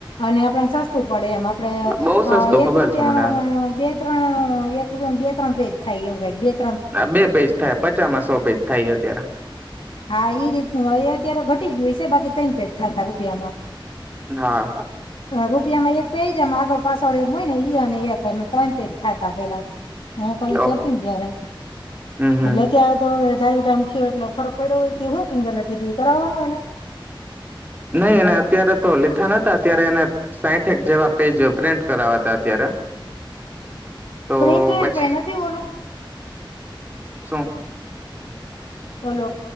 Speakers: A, on the left (about 85°); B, on the right (about 20°).
A: અને આપડ સસ્તું પડે એમ આપડે
B: બઉ સસ્તું ખબર
A: એક રૂપિયા
B: છે મને
A: બે ત્રણ એક રૂપિયા બે ત્રણ ે થાય એવુંાય
B: આ બે પેજ થયા પચાસમાં સો પેજ થાય અત્યારે
A: હા ઈ રીતનું એ અત્યારે ઘટી ગયું છે બાકી તણ પેજ થતા રૂપિયામાં
B: હા.
A: રૂપિયામાં એક પે જમ આગળ પાછળ એમ હોય ને ઈ અને એક ત્રણ પેજ થતા પેલા હું કોલે
B: ઓહો
A: ચોરતી ને ત્યારે
B: હમ હમ
A: એટલે ત્યાં તો જાયો ટાઈમ થયો એટલે ફરક પડય હુંકી જ લ કેધ કરાવવાનું એને
B: નહી એ અત્યારે તો લીધા નતા અત્યારે એને સાઠેક જેવા પેજ પ્રિન્ટ કરાવવા ત અત્યારે તો
A: પ્રિન્ટ
B: પછી
A: એનાથી બોલું
B: શું
A: બોલો